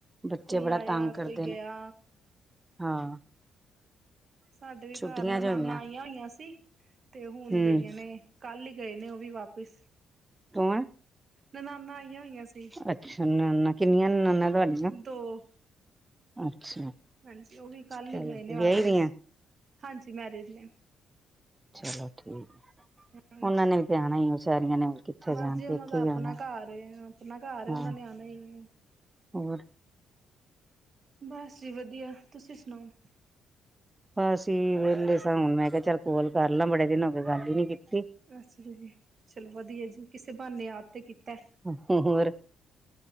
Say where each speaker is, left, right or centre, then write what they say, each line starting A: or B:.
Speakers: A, on the right; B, on the right.
A: ਬੱਚੇ
B: ਕੋਈ
A: ਬੜਾ
B: ਆਇਆ
A: ਤੰਗ ਕਰਦੇ
B: ਕੋਈ ਗਿਆ
A: ਨੇ, ਹਾਂ
B: ਸਾਡੇ
A: ਛੁੱਟੀਆਂ
B: ਘਰ ਨਨਾਨਾਂ
A: ਚ ਹੋਈਆਂ
B: ਆਈਆਂ ਹੋਈਆਂ ਸੀ ਤੇ ਹੁਣ
A: ਹਮ
B: ਗਈਆਂ ਨੇ ਕੱਲ ਈ ਗਏ ਨੇ ਓਹ ਵੀ ਵਾਪਿਸ
A: ਤੂਂਏ <unintelligible>
B: ਨਨਾਨਾਂ ਆਈਆਂ ਹੋਈਆਂ ਸੀ
A: ਅੱਛਾ, ਨਨਾਨਾਂ। ਕਿੰਨੀਆਂ ਨਨਾਨਾਂ ਤੁਹਾਡੀਆਂ?
B: ਦੋ
A: ਅੱਛਾ
B: ਹਾਂਜੀ, ਓਹ ਵੀ ਕੱਲ
A: ਚਲੋ
B: ਹੀ ਗਏ ਨੇ
A: ਵਿਆਹੀ
B: ਵਾਪਸ।
A: ਦੀਆਂ
B: ਹਾਂਜੀ, ਮੈਰਿਡ ਨੇ
A: ਚਲੋ ਠੀਕ ਏ,
B: ਹਾਂਜੀ
A: ਓਹਨਾਂ ਨੇ ਵੀ ਤੇ ਆਣਾ ਈ ਏ ਵਚਾਰੀਆਂ ਨੇ ਹੋਰ ਕਿੱਥੇ
B: ਬਸ
A: ਜਾਣ
B: ਜੀ ਓਹਨਾਂ
A: ਪੇਕੇ
B: ਦਾ
A: ਹੀ
B: ਆਪਨਾ
A: ਆਣਾ
B: ਘਰ ਏ, ਆਪਨਾ ਘਰ ਏ
A: ਹਾਂ
B: ਓਹਨਾਂ ਨੇ ਆਨਾ ਈ ਏ।
A: ਹੋਰ
B: ਬਸ ਜੀ ਵਦੀਆ, ਤੁਸੀਂ ਸੁਣਾਓ।
A: ਬਸ ਜੀ ਵੇਲੇ ਸਾਂ ਹੁਣ ਮੈਂ ਕਿਹਾ ਚੱਲ ਕੋਲ ਕਰ ਲਾਂ। ਬੜੇ ਦਿਨ ਹੋ ਗਏ ਗੱਲ ਹੀ ਨੀ ਕੀਤੀ।
B: ਅੱਛਾ ਜੀ। ਚਲੋ ਵਧੀਆ ਜੀ ਕਿਸੇ ਬਹਾਨੇ ਯਾਦ ਤੇ ਕੀਤੈ।
A: ਹੂੰ, ਹੋਰ।